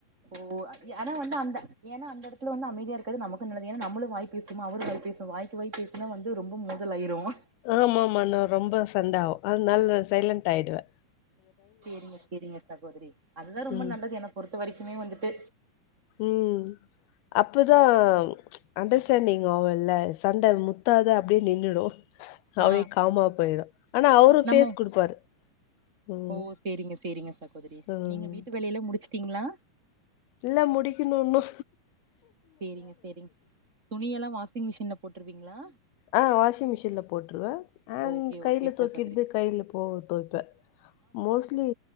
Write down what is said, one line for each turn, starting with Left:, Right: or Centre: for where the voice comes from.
Right: ஓ அதி ஆனா வந்து அந்த எனா அந்த எடத்துல வந்து அமைதியா இருக்கது நமக்கு நல்லது எனா நம்மளு வாய்ப் பேசுமா அவுரு வாய்ப்பேசு வாய்க்கு வாய்ப்பேசு னா வந்து ரொம்ப மோதலாயிருவோ
Left: ஆமாமா நா ரொம்ப சண்ட ஆவு அதனால் நா சைலண்ட் ஆயிடுவே
Right: சேரிங்க சேரிங்க சகோதரி அதுதா ரொம்ப
Left: ம்.
Right: நல்லது என்ன பொறுத்த வரைக்குமே வந்துட்டு
Left: ம் அப்பதாம் அண்டர்ஸ்டாண்டிங் ஆவுல்ல சண்ட முத்தாத அப்டியே நின்னுடு
Right: ஆ
Left: அவியே காமாப் போயிரு ஆனா அவுரு
Right: நம்ம
Left: ஃபேஸ் குடுப்பாரு ம்.
Right: ஓ சேரிங்க சேரிங்க சகோதரி
Left: ம்.
Right: நீங்க வீட்டு வேலை எல்லாம் முடிச்சுட்டீங்ளா
Left: இல்ல முடிக்கிணு இன்னு
Right: சேரிங்க சேரிங் துணியெல்லா வாஷிங் மிஷின்ல போட்ருவீங்ளா
Left: ஆ வாஷிங் மிஷின்ல போட்ருவே அண்ட்
Right: ஓகே
Left: கைலத்
Right: ஓகே
Left: தொவைக்கிறது
Right: சகோதரி
Left: கைல போ தொவைப்பே மோஸ்ட்லி